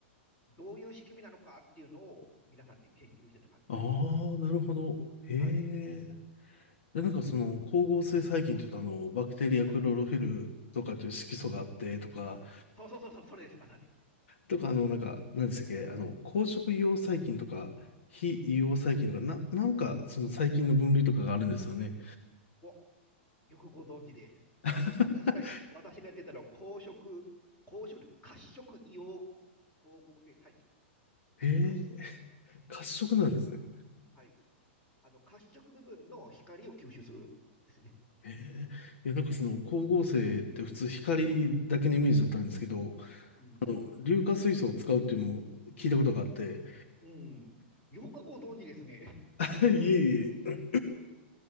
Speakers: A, on the left; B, on the left.
A: どういう仕組みなのかっていうのを、皆さんで研究してた感じですね。
B: ああ、なるほど。へ
A: はい。
B: え。で、なんかその光合成細菌って言うとあの、バクテリアクロロフィルとかという色素があってとか、
A: はい。そうそうそうそう、それです、まさに。
B: とかあの、なんか、何でしたっけ、あの、光色硫黄細菌とか、非硫黄細菌とか、な、なんかその細菌の分類とかがあるんですよね。
A: お、よくご存知で。
B: <laughs>
A: 私が、私がやってたのは、公職、公職で、褐色硫黄光合成細菌ですね。
B: へえ、
A: 褐色。
B: 褐色なんですね。
A: はい。あの、褐色部分の光を吸収するですね。
B: へえいや、なんかその光合成って普通光だけのイメージだったんですけど、
A: うん。うん。うん。
B: あの、硫化水素を使うっていうのを聞いたことがあって、
A: うん。よくご存知ですね。
B: <laughs> いえいえ、